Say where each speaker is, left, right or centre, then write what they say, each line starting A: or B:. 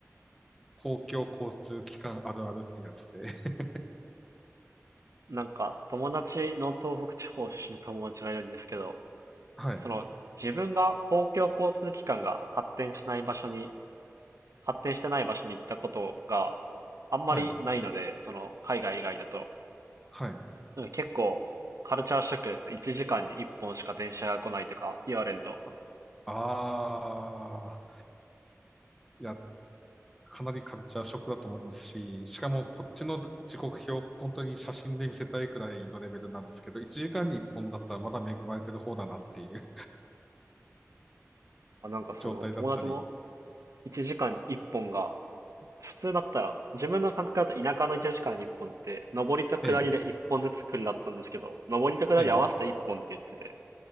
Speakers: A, in the centre; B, on the right.
A: 公共交通機関あるあるってやつで。<laughs>
B: なんか友達の東北地方出身の友達がいるんですけど、
A: はい、
B: その自分が公共交通機関が発展しない場所に、発展してない場所に行ったことがあんまりないので、
A: はい、
B: その海外以外だと、
A: はい。
B: なんか結構カルチャーショックですね。1時間に1本しか電車が来ないとか言われると、
A: あ、あー、や、かなりカルチャーショックだと思いますし、しかもこっちの時刻表、本当に写真で見せたいくらいのレベルなんですけど、1時間に1本だったらまだ恵まれてる方だなっていう
B: あ、
A: <laughs>
B: なんかその友達も
A: 状態だったり、
B: 1時間に1本が普通だったら、自分の感覚だと田舎の1時間に1本って、上りと下りで1本ずつ来るだったんですけど、
A: ええ、
B: 上りと下り合わせて1本って言ってて、
A: ええ、